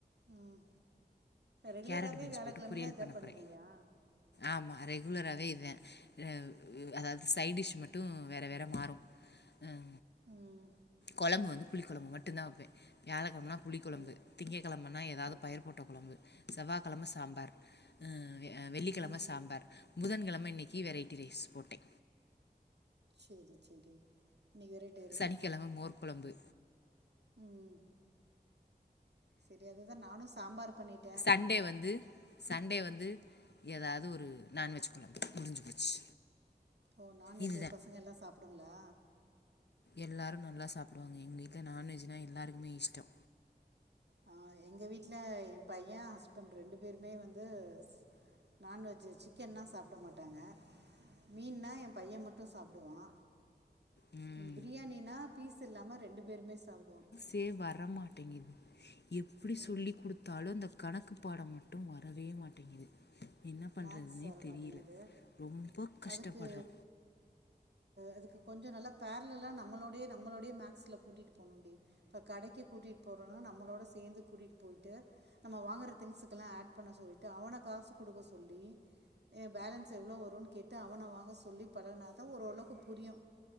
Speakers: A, on the right; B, on the left.
A: ம் ரெகுலராகவே
B: கேரட் பீன்ஸ்
A: வியாழக்கிழமைனா
B: போட்டு பொரியல்
A: இதை
B: பண்ண
A: பண்ணுவியா
B: போறே ஆமா ரெகுலராவே இதுதா ஹ அதாது சைட்டிஷ் மட்டு வேற வேற மாறு அ
A: ம்
B: கொழம்பு வந்து புளி கொழம்பு மட்டு தா வெப்பே வியாழக்கெழமன்னா புளி கொழம்பு
A: ஓ
B: திங்கக்கெழமன்னா ஏதாது
A: ஓ
B: பயிர் போட்ட கொழம்பு செவ்வாக்கெழம சாம்பார் அ வெள்ளிக்கெழம
A: ம்
B: சாம்பார் புதன்கெழம இன்னைக்கி வெரைட்டி ரைஸ் போட்டே
A: செரி செரி இன்னைக் வெரைட்
B: சனிக்கெழம மோர்க்கொழம்பு
A: ம் செரி அதுதா நானு சாம்பார் பண்ணிட்
B: சண்டே வந்து சண்டே வந்து ஏதாது ஒரு நான்வெஜ் கொழம்பு முடிஞ்சு போச்சு
A: ஓ நான்வெஜ்
B: இதுதான்
A: பசங்க எல்லா சாப்புடுங்களா
B: எல்லாரு நல்லா சாப்புடுவாங்க எங்க வீட்ல நான்வெஜ்னா எல்லாருகுமே இஷ்டோ
A: ஆ எங்க வீட்ல என் பைய ஹஸ்பண்ட் ரெண்டு பேருமே வந்து ஸ் நான்வெஜ் சிக்கன்னா சாப்ட மாட்டாங்க மீன்னா ஏ பைய மட்டு ஸ் சாப்புடுவா
B: ம்
A: பிரியாணினா பீஸ் இல்லாம ரெண்டு பேருமே சாப்புடுவாங்
B: தே வர மாட்டேங்கிது எப்டி
A: ம்
B: சொல்லி குடுத் தாழுந்த கணக்கு பாடம் மட்டும் வரவே மாட்டேங்கிது என்ன பண்றதுனே
A: மேக்ஸ் வர
B: தெரியல
A: மாட்டேங்குது
B: ரொம்ப கஷ்டப்படுறோ
A: அதுக்கு அதுக்கு கொஞ்ச நல்லா பேர்லெலா நம்மளோடே நம்மளோடய மேக்ஸில கூட்டிட்டு போணுடி இப்ப கடைக்கு கூட்டிட்டு போறோனா நம்மளோட சேந்து கூட்டிட்டு போயிட்டு நம்ம வாங்குற திங்சுக்கல்லா ஆட் பண்ண சொல்லிட்டு அவன காசு குடுக்க சொல்லி ஏ பேலன்ஸ் எவ்ளோ வருன்னு கேட்டு அவன வாங்க சொல்லி பழகனாதா ஓரளவுக்கு புரியு